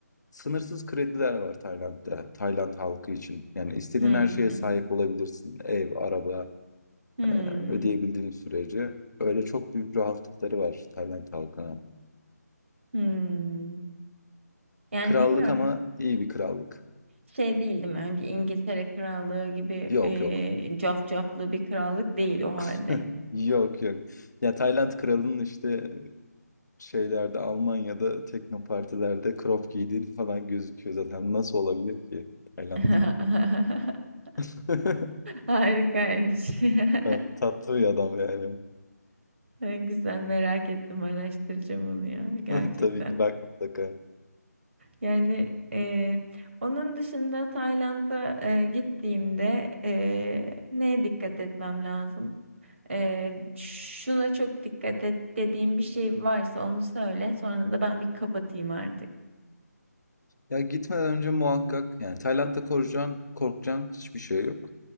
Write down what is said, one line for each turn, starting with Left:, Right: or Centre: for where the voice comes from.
Left: Sınırsız krediler var Tayland'da, Tayland halkı için. Yani istediğin
Right: hı
Left: her şeye
Right: hı
Left: sahip olabilirsin. Ev, araba,
Right: hı.
Left: e, ödeyebildiğin sürece. Öyle çok büyük rahatlıkları var Tayland halkına.
Right: hı. Yani
Left: Krallık
Right: bilmiyorum
Left: ama iyi bir krallık.
Right: şey değil değil mi? Hani bir İngiltere krallığı gibi
Left: Yok
Right: e,
Left: yok.
Right: cafcaflı bir krallık değil o halde.
Left: <laughs> Yok yok. Ya Tayland kralının işte şeylerde Almanya'da teknopartilerde crop giydiğini falan gözüküyor zaten. Nasıl olabilir ki Tayland?
Right: <laughs>
Left: <laughs>
Right: Harikaymış. <laughs>
Left: Evet, Tatlı bir adam yani.
Right: Ay, Güzel merak ettim araştıracağım onu ya gerçekten.
Left: <laughs> Tabii ki bak mutlaka.
Right: Yani e, onun dışında Tayland'a e, gittiğimde e, neye dikkat etmem lazım? E, şuna çok dikkat et dediğim bir şey varsa onu söyle. Sonra da ben bir kapatayım artık.
Left: Ya gitmeden önce muhakkak yani Tayland'da korkacağın, korkacağın hiçbir şey yok.